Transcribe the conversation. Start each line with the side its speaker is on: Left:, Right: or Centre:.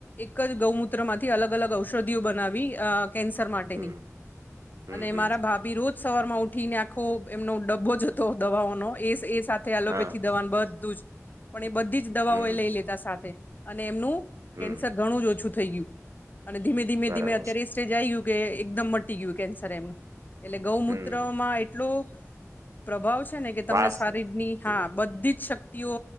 Left: એક જ ગૌમૂત્રમાંથી અલગ અલગ ઔષધિઓ બનાવી અ કેન્સર માટેની
Right: હમ હમ
Left: અને
Right: હમ
Left: મારા ભાભી રોજ સવાર માં ઉઠીને આખુ એમનો ડબ્બો જ હતો દવાઓનો એ સ સા થે એલોપેથી
Right: હા
Left: દવાનું બધું જ પણ એ બધી જ દવાઓ
Right: હમ
Left: એ લઈ લેતા સાથે અને એમનું
Right: હમ
Left: કેન્સર ઘણું જ ઓછું થઈ ગયું અને ધીમે ધીમે
Right: બરાબર
Left: ધીમે અત્યારે એ સ્ટેજ આ ગયું કે એકદમ મ ટ ટી ગયું કેન્સર એમ નું એટલે ગૌમૂત્રમાં
Right: હમ
Left: એટલું પ્રભાવ છે ને કે તમને
Right: વાસ
Left: શારીરની
Right: હમ
Left: હા બધી જ શક્તિઓ